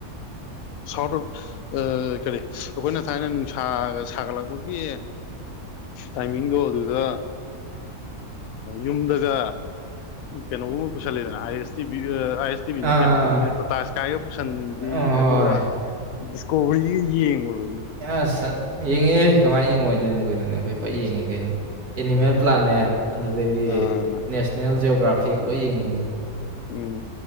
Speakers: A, on the left; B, on the right.
A: ꯁꯥꯎꯠ ꯑꯣꯐ ꯀꯔꯤ ꯑꯩꯈꯣꯏꯅ ꯊꯥꯏꯅ ꯅꯨꯡꯁꯥ ꯁꯥꯒꯠꯂꯛꯄꯒꯤ ꯇꯥꯏꯃꯤꯡꯗꯣ ꯑꯗꯨꯗ ꯌꯨꯝꯗꯒ ꯀꯩꯅꯣꯒꯨꯝꯕ ꯄꯨꯁꯜꯂꯦꯗꯅ I S T B I S T V ꯅꯠꯇꯦ
B: ꯑꯥ
A: ꯃꯇꯝꯗꯨꯗꯤ ꯇꯥꯇꯥ ꯁ꯭ꯀꯥꯏꯒ ꯄꯨꯁꯤꯟꯕꯤ
B: ꯍꯣꯏ
A: ꯑꯗꯨꯒ ꯗꯤꯁꯀꯣꯚꯔꯤ ꯌꯦꯡꯕꯗꯨ
B: ꯑꯁ <inaudible> ꯌꯦꯡꯉꯤꯍꯥ ꯀꯃꯥꯏ ꯌꯦꯡꯉꯣꯏꯗꯗꯣꯏꯅꯣꯅꯦ ꯀꯩꯅꯣꯅꯦ ꯑꯩꯈꯣꯏ ꯐ ꯌꯦꯡꯉꯤ ꯀꯩꯅꯣ ꯑꯦꯅꯤꯃꯦꯜ
A: ꯑꯗꯨꯅꯤ
B: ꯄ꯭ꯂꯥꯅꯦꯠ ꯑꯗꯨꯗꯒꯤꯗꯤ
A: ꯑꯥ
B: ꯅꯦꯁꯅꯦꯜ ꯖꯤꯑꯣꯒ꯭ꯔꯥꯐꯤ ꯐꯦꯛ ꯂꯣꯏ ꯌꯦꯡꯉꯤ
A: ꯎꯝ